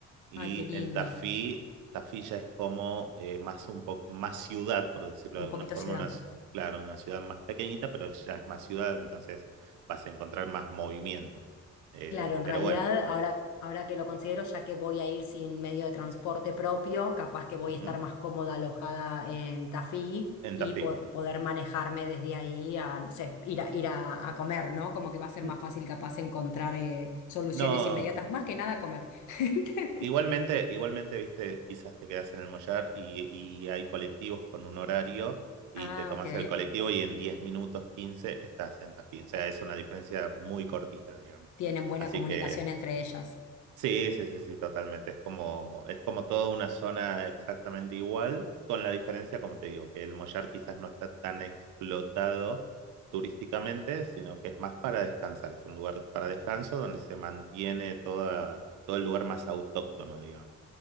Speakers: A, on the right; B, on the left.
A: y
B: Ay, qué lindo.
A: en Tafí, Tafí ya es como eh, más un poco más ciudad, por decirlo de
B: Un
A: alguna
B: poquito
A: forma,
B: ciudad.
A: una ci- claro, una ciudad más pequeñita, pero ya es más ciudad, entonces vas a encontrar más movimiento. Eh,
B: Claro, en
A: pero
B: realidad,
A: bueno,
B: ahora, ahora que lo considero, ya que voy a ir sin medio de transporte propio, capaz que voy
A: ujú,
B: a estar más cómoda alojada en Tafí
A: En
B: y
A: Tafí.
B: po- poder manejarme desde ahí a, no sé, ir a, ir a, a comer, ¿no? Como que va a ser
A: N-
B: más fácil capaz encontrar eh, soluciones
A: No,
B: inmediatas, más que nada comer. <laughs>
A: igualmente, igualmente, viste, quizás te quedas en el Mollar y, y hay colectivos con un horario y
B: Ah,
A: te tomas
B: ok.
A: el colectivo y en 10 minutos, 15 estás en Tafí. O sea, es una diferencia muy cortita, digamos.
B: Tienen buena
A: Así
B: comunicación
A: que
B: entre ellas.
A: Sí, sí, sí, sí, totalmente. Es como, es como toda una zona exactamente igual, con la diferencia, como te digo, que el Mollar quizás no está tan explotado turísticamente, sino que es más para descansar. Es un lugar para descanso donde se mantiene toda, todo el lugar más autóctono, digamos.